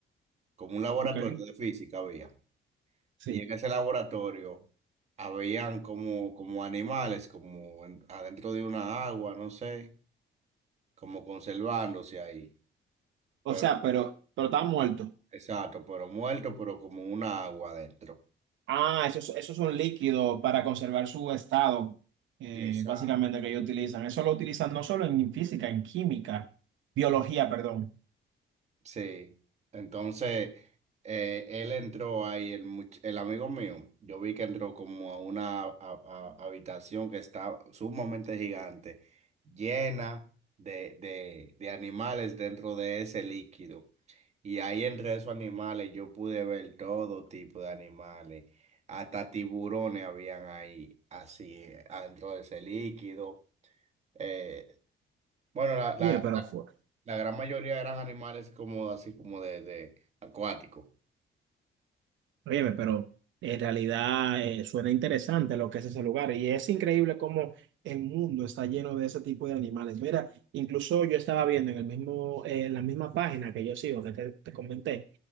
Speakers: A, on the right; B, on the right.
A: como un laboratorio
B: ok,
A: de física había.
B: sí.
A: Y en ese laboratorio habían como, como animales, como en- adentro de una agua, no sé, como conservándose ahí.
B: O
A: Pero,
B: sea, pero, pero está muerto.
A: exacto, pero muertos, pero como una agua adentro.
B: Ah, eso, es- eso es un líquido para conservar su estado, eh,
A: Exacto.
B: básicamente, que ellos utilizan. Eso lo utilizan no solo en física, en química, biología, perdón.
A: Sí, entonces eh, él entró ahí, el, much- el amigo mío, yo vi que entró como a una a- a- habitación que está sumamente gigante, llena de, de, de animales dentro de ese líquido. Y ahí entre esos animales yo pude ver todo tipo de animales, hasta tiburones habían ahí, así, eh, adentro de ese líquido. Eh, bueno, la, la-
B: Oye, pero fuerte.
A: la gran mayoría eran animales como así como de, de acuático.
B: Óyeme, pero en realidad eh, suena interesante lo que es ese lugar y es increíble cómo el mundo está lleno de ese tipo de animales. Mira, incluso yo estaba viendo en el mismo, eh, en la misma página que yo sigo, que te, te comenté,